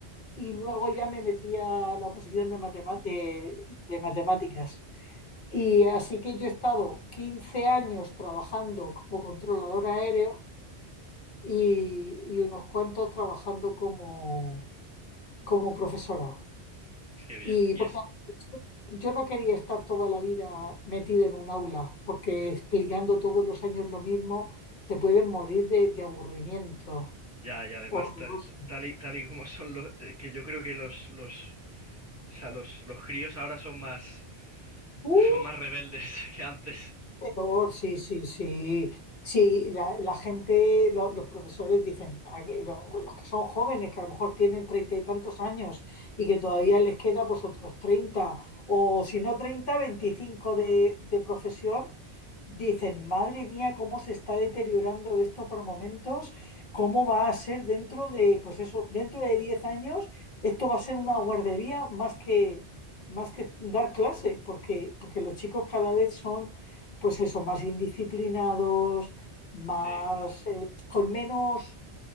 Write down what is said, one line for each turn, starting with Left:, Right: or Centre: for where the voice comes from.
Left: y luego
Right: sí,
Left: ya me metí a la oposición de, matema- de- de matemáticas. Y así que yo he estado 15 años trabajando como controlador aéreo y, y unos cuantos trabajando como, como profesora.
Right: es que bien.
Left: Y
Right: Y
Left: porque
Right: es,
Left: yo no quería estar toda la vida metido en un aula, porque explicando todos los años lo mismo, te puedes morir de, de aburrimiento.
Right: ya, y además,
Left: Horroroso.
Right: ta- ta- tal y, tal y como son los, eh, que yo creo que los, los, o sea, los, los críos ahora son más,
Left: Uh,
Right: <laughs> son más rebeldes <laughs> que antes.
Left: peor, sí, sí, sí. Sí, la, la gente, lo- los profesores dicen, a que lo- los que son jóvenes, que a lo mejor tienen treinta y tantos años y que todavía les queda pues otros treinta, o si no treinta, veinticinco de, de profesión, Dicen, madre mía, cómo se está deteriorando esto por momentos, cómo va a ser dentro de, pues eso, dentro de 10 años, esto va a ser una guardería más que, más que dar clase, porque, porque los chicos cada vez son, pues eso, más indisciplinados, más,
Right: Sí,
Left: eh, con menos,